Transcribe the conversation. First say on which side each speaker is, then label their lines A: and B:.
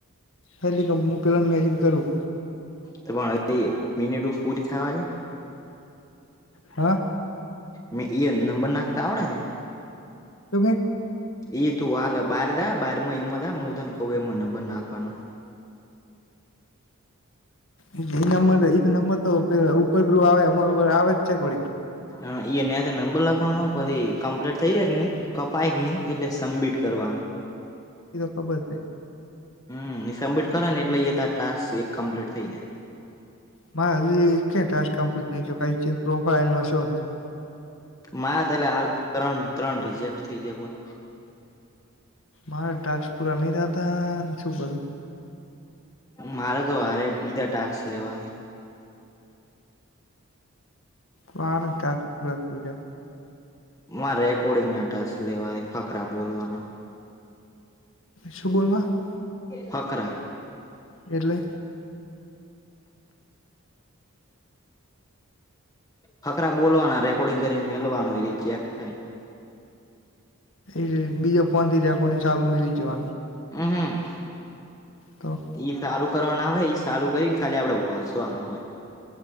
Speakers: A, on the left (about 65°); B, on the left (about 15°).
A: હેલી ક હું પહેલાને મેસેજ કરું
B: તો પણ તી મિનિટ પૂરી થવાની
A: હા
B: મેં એ નંબર નાખતા આવડે ને
A: તું કે
B: એ તું હાલ બાર દા બાર માં એમાંજા હુ તને કવ એમા નંબર નાખવાનો.
A: એ નંમર એ નંબર તો ઉપર આવે આવે જ છે, ઘોડી
B: હા ન્યાથી નંબર લખવાનો પછી કમ્પ્લીટ થઇ જ કે નહી. કપાય નહી એટલે સમબમિટ કરવાનું,
A: એ તો ખબર છે,
B: હમ્મ એ સબમિટ કરે ને એટલે અહીયા તા ટાસ્ક એક કમ્પ્લીટ થઇ જાય.
A: મારે હજુ કયા ટાસ્ક કમ્પ્લીટ નહી જો પ્રોફાઈલ નો શો
B: મારે એલા હાલ ત્રણ ત્રણ રિજેક્ટ થઈ જયા બોલ
A: મારા ટાસ્ક પૂરા નહી થાતાં ને શું કરું.
B: મારે તો હરે બીજા ટાસ્ક લેવાની
A: મારે ટાસ્ક પુરા થઈ ગયા
B: મારે રેકોર્ડિંગ ના ટાસ લેવાહે ફકરા બોલવાના
A: શુ બોલ <unintelligible>
B: ફકરા
A: એટલે
B: ફકરા બોલવાના રેકોર્ડિંગ કરીને મેલવાનું એ રીતે ચેક થાય.
A: એ બીજા ફોન થી રેકોડિઁગ ચાલુ મેલી જવાનું.
B: હમ્મ હ
A: તો
B: ઈ ચાલુ કરવા ના આવે ચાલુ કરીને ખાલી આપડે વોસવાનું હોય.